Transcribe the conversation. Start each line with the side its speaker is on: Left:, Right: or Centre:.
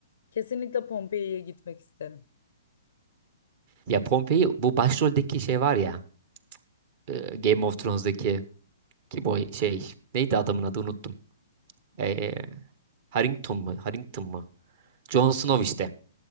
Left: Kesinlikle Pompei'ye gitmek isterim.
Right: Ya Pompei bu başroldeki şey var ya e, Game of Thrones'daki kim o şey neydi adamın adı unuttum. E, Harrington mu? Harrington mu? Jon Snow işte.